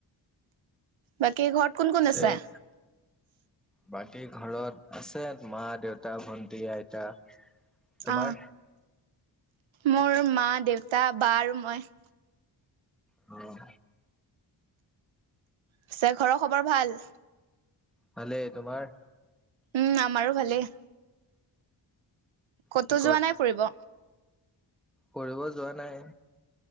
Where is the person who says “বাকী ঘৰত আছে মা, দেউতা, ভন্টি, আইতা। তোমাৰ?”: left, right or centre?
Centre